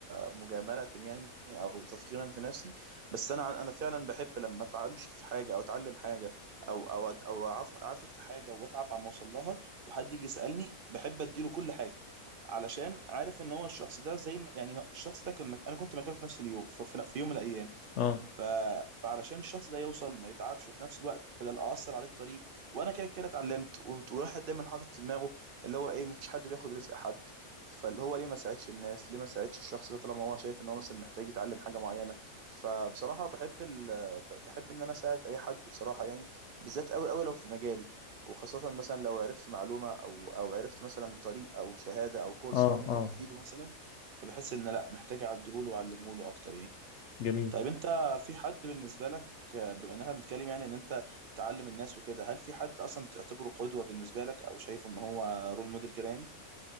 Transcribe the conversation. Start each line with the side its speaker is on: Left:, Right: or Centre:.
Right: مجامله يعني او تفخيرا في نفسي بس انا ع- انا فعلا بحب لما اتعامش في حاجه او اتعلم حاجه او او أد- او أعف- اعافر في حاجه واتعب على ما اوصل لها وحد يجي يسالني بحب اديله كل حاجه علشان عارف ان هو الشخص ده زي ما يعني الشخص ده كان مك- انا كنت مكانه في نفس اليوم في في- في يوم من الايام
Left: اه
Right: ف... فعلشان الشخص ده يوصل ما يتعبش وفي نفس الوقت بدل اثر عليه الطريق وانا كده كده اتعلمت و- وراحت دايما حاطط في دماغه اللي هو ايه مفيش حد بياخد رزق حد فاللي هو ليه ما ساعدش الناس ليه ما ساعدش الشخص ده طالما هو شايف ان هو مثلا محتاج يتعلم حاجه معينه فبصراحه بحب ال... ب- بحب ان انا اساعد اي حد بصراحه يعني بالذات قوي قوي لو في مجالي وخاصة مثلا لو عرفت معلومة أو أو عرفت مثلا طريق أو شهادة أو كورس
Left: اه
Right: هو ممكن
Left: اه
Right: يفيده مثلا فبحس إن لأ محتاج أعدهوله وأعلمهوله أكتر يعني
Left: جميل
Right: طيب انت في حد بالنسبة لك آه، بما ان احنا بنتكلم يعني ان انت تعلم الناس وكده هل في حد اصلا بتعتبره قدوة بالنسبة لك او شايفه ان هو رول موديل كده يعني